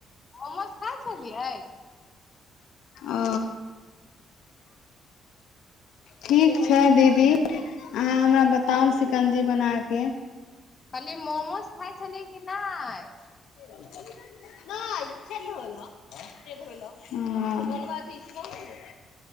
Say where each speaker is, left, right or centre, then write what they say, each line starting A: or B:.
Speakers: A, on the left; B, on the left.
A: मोमोज खाइ छलियै
B: ओ ठीक छै दीदी अहाँ हमरा बताउ शिकंजी बनाकऽ
A: कहली मोमोज खाय छलिये कि नहि
B: <inaudible> हं